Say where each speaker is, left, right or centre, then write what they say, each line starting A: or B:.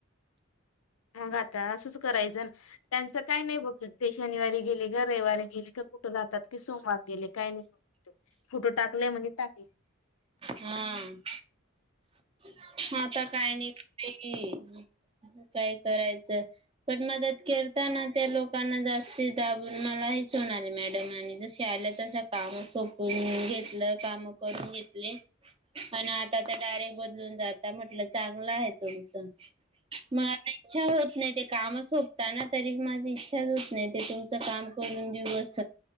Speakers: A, on the left; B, on the right.
A: मग आता असंच करायच त्यांच काय नाही बघत ते शनिवारी गेले का रविवारी गेले कुठ राहतात की सोमवार गेले काय नाही फुटो टाकले म्हणजे टाक
B: हम्म हा आता काय नाही <unintelligible> काय करायच पण मदत करताना त्या लोकांना जास्ती दाबून म नाही सोनाली मॅडमांनी जस आल तस काम संपवून घेतल काम करून घेतल. -आता तर डायरेक्ट बदलून जात म्हटल चांगल आहे तुमच-मग आता इच्छा होत नाही ते काम सोपताना तरी माझी इच्छाच होत नाही. ते तुमच काम करून देऊ अस.